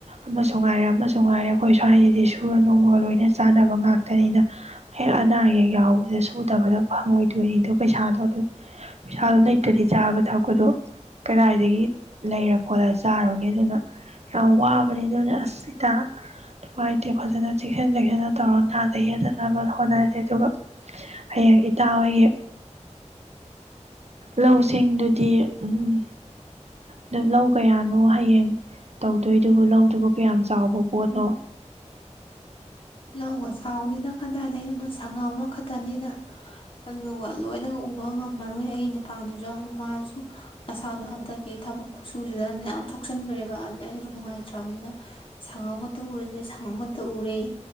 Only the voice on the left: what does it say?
ꯂꯧꯒ ꯆꯥꯎꯗꯤꯅꯪ ꯀꯟꯗꯥꯏꯗꯗꯤ ꯑꯩꯅꯣꯟꯗ ꯁꯪꯉꯝ ꯑꯃ ꯈꯛꯇꯅꯤꯅ ꯑꯗꯨꯒ ꯂꯣꯏꯅ ꯎꯕ ꯉꯝꯃꯔꯣꯏ ꯑꯩ ꯅꯨꯄꯥꯗꯨꯁꯨ ꯃꯥꯁꯨ ꯃꯁꯥꯗꯣ ꯍꯟꯗꯛꯀꯤ ꯊꯕꯛ ꯈꯨꯠꯁꯨꯁꯤꯗ ꯌꯥꯝ ꯊꯣꯛꯆꯟꯈ꯭ꯔꯦꯕ ꯑꯗꯨꯗ ꯑꯩꯅꯁꯨ ꯅꯨꯡꯉꯥꯏꯇ꯭ꯔꯕꯅꯤꯅ ꯁꯪꯉꯝꯒ ꯇ ꯎꯁꯤ ꯁꯥꯡ ꯑꯃꯇ ꯎꯔꯦ